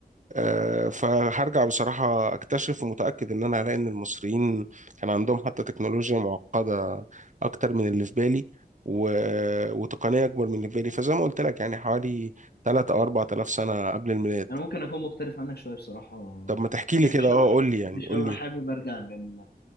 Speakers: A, on the right (about 50°); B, on the left (about 75°).
A: آه، فهرجع بصراحة أكتشف ومتأكد إن أنا هلاقي إن المصريين كان عندهم حتى تكنولوجيا معقدة أكتر من اللي في بالي و... وتقنية أكبر من اللي في بالي فزي ما قلت لك يعني حوالي 3 أو 4000 سنة قبل الميلاد
B: انا ممكن اكون مختلف عنك شويه بصراحه
A: طب ما تحكي لي
B: يعني
A: كده
B: مش
A: أه
B: هبقى
A: قول لي يعني
B: مش
A: قول
B: هبقى
A: لي
B: حابب ارجع لل